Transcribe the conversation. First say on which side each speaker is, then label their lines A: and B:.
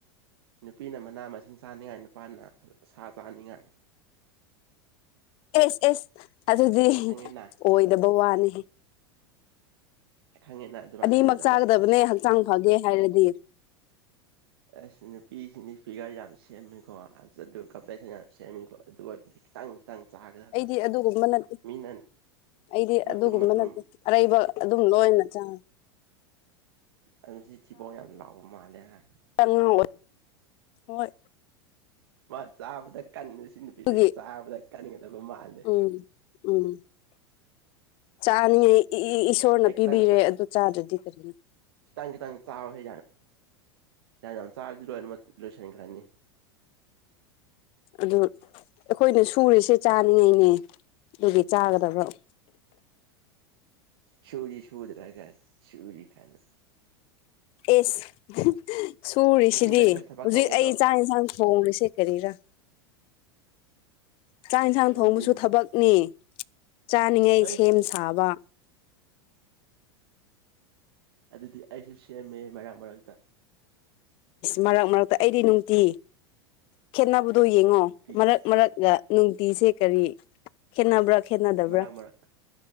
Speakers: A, on the right; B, on the left.
A: ꯅꯨꯄꯤꯅ ꯃꯅꯥ ꯃꯁꯤꯡ ꯆꯥꯅꯤꯡꯉꯥꯏ ꯅꯨꯄꯥꯅ ꯁꯥ ꯆꯥꯅꯤꯡꯉꯥꯏ
B: ꯏꯁ ꯏꯁ ꯑꯗꯨꯗꯤ
A: ꯈꯪꯉꯦꯅ
B: ꯑꯣꯏꯗꯕ ꯋꯥꯅꯤ
A: ꯈꯪꯉꯦꯅ ꯑꯗꯨꯃꯥꯏꯅ
B: ꯑꯅꯤꯃꯛ
A: ꯇꯧꯒꯗꯕ
B: ꯆꯥꯒꯗꯕꯅꯦ
A: ꯑꯁ
B: ꯍꯛꯆꯥꯡ ꯐꯒꯦ ꯍꯥꯏꯔꯗꯤ
A: ꯑꯁ ꯅꯨꯄꯤꯁꯤꯡꯗꯤ ꯐꯤꯒꯔ ꯌꯥꯝ ꯁꯦꯝꯃꯤꯀꯣ ꯑꯗꯨ ꯀꯝꯄ꯭ꯂꯦꯛꯁꯟ ꯌꯥꯝ ꯁꯦꯝꯃꯤꯀꯣ ꯑꯗꯨ ꯑꯣꯏꯕꯗꯤ ꯈꯤꯇꯪ ꯈꯤꯇꯪ ꯆꯥꯒꯗꯕ
B: ꯑꯩꯗꯤ ꯑꯗꯨꯒꯨꯝꯕ ꯅꯠꯇꯦ
A: ꯃꯤꯅ
B: ꯑꯩꯗꯤ
A: ꯃꯇꯨꯝ
B: ꯑꯗꯨꯒꯨꯝꯕ
A: ꯃꯇꯨꯝ
B: ꯅꯠꯇꯦ ꯑꯔꯩꯕ ꯑꯗꯨꯝ ꯂꯣꯏꯅ ꯆꯥꯏ
A: ꯑꯗꯨ ꯁꯤ ꯊꯤꯕꯣꯡ ꯌꯥꯝ ꯂꯥꯎꯕ ꯃꯥꯜꯂꯦ ꯍꯥ
B: ꯉꯥ ꯑꯣꯏ ꯍꯣꯏ
A: ꯃꯥ ꯆꯥꯕꯗ ꯀꯟꯅꯦ ꯁꯤ ꯅꯨꯄꯤꯁꯦ
B: ꯑꯗꯨꯒꯤ
A: ꯆꯥꯕꯗ ꯀꯟꯒꯗꯕ ꯃꯥꯜꯂꯦ
B: ꯎꯝ ꯎꯝ ꯆꯥꯅꯤꯡꯉꯥꯏ ꯏꯁꯣꯔꯅ
A: ꯑꯩ
B: ꯄꯤꯕꯤꯔꯦ
A: ꯈꯤꯇꯪ
B: ꯑꯗꯨ ꯆꯥꯗ꯭ꯔꯗꯤ ꯀꯔꯤꯅꯣ
A: ꯈꯤꯠꯇꯡ ꯈꯤꯠꯇꯡ ꯆꯥꯎꯍꯦ ꯌꯝ ꯌꯝ ꯆꯔꯗꯤ ꯂꯣꯏꯅꯃꯛ ꯂꯣꯏꯁꯟꯈ꯭ꯔꯅꯤ
B: ꯑꯗꯨ ꯑꯩꯈꯣꯏꯅ ꯁꯨꯔꯤꯁꯦ ꯆꯥꯅꯤꯡꯉꯏꯅꯦ ꯑꯗꯨꯒꯤ ꯆꯥꯒꯗꯕ <unintelligible>
A: ꯁꯨꯗꯤ ꯁꯨꯗꯅ ꯁꯨꯔꯤ ꯒꯅ
B: ꯏꯁ ꯁꯨꯔꯤꯁꯤꯗꯤ
A: ꯅꯆꯤꯟꯗ ꯈꯔ ꯊꯕꯛ
B: ꯍꯧꯖꯤꯛ
A: ꯇꯧꯕꯗꯣ
B: ꯑꯩ ꯆꯥꯛ ꯍꯦꯟꯁꯥꯡ ꯊꯣꯡꯂꯤꯁꯦ ꯀꯔꯤꯔꯥ <inaudible> ꯆꯥꯛ ꯍꯦꯟꯁꯥꯡ
A: ꯑꯗꯨꯗꯤ
B: ꯊꯣꯡꯕꯁꯨ ꯊꯕꯛꯅꯤ ꯆꯥꯅꯤꯉꯩ
A: ꯑꯩꯁ
B: ꯁꯦꯝ ꯁꯥꯕ
A: ꯑꯗꯨꯗꯤ ꯑꯩꯁꯨ ꯁꯦꯝꯃꯦ ꯃꯔꯛ ꯃꯔꯛꯇ
B: ꯃꯔꯛ ꯃꯔꯛꯇ ꯑꯩꯗꯤ ꯅꯨꯡꯇꯤ ꯈꯦꯠꯅꯕꯗꯣ ꯌꯦꯡꯉꯣ
A: ꯅꯨꯄꯤ
B: ꯃꯔꯛ ꯃꯔꯛꯒ ꯅꯨꯡꯇꯤꯁꯦ ꯀꯔꯤ ꯈꯦꯠꯅꯕ꯭ꯔꯥ ꯈꯦꯠꯅꯗꯕ꯭ꯔꯥ
A: ꯃꯔꯛ ꯃꯔꯛ